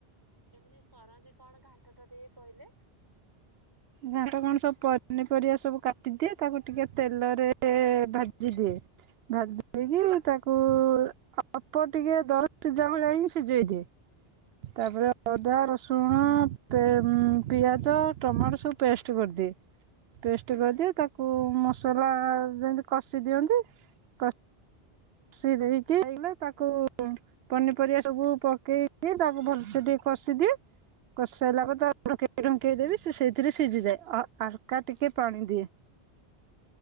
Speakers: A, on the right; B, on the right.
A: କେମିତି କରନ୍ତି କଣ ଘାଣ୍ଟଟା ଟିକେ କହିଲେ?
B: ଘାଣ୍ଟ କଣ ସବୁ ପନିପରିବା ସବୁ କାଟିଦିଏ। ତାକୁ ଟିକେ ତେଲରେ ଭାଜିଦିଏ। <unintelligible> ଦେଇକି ତାକୁ
A: ଆଚ୍ଛା
B: ଅଳ୍ପ ଟିକେ ଦର ସିଝା ଭଳିଆ ହିଁ ସିଯେଇଦିଏ। ତାପରେ
A: ଆଚ୍ଛା
B: ଅଦା ରସୁଣ ପିଆଜ ଟମାଟୋ ସବୁ ପେଷ୍ଟ୍ କରିଦିଏ। ପେଷ୍ଟ୍ କରିଦିଏ
A: ହଁ।
B: ତାକୁ ମସ ଯେଏନ୍ତି କଷି ଦିଅନ୍ତି। କଷି ଦେଇକି ତାକୁ କୁ ପନିପରିବା ସବୁ‌ ପକେଇ କି ତାକୁ ଭଲସେ ଟିକେ କସି ଦିଏ କସି। ଦେଲାପରେ ତାକୁ <unintelligible> ସେଥିରେ ସିଝିଯାଏ। ଅ ହାଲ୍କା ଟିକେ ପାଣି ଦିଏ।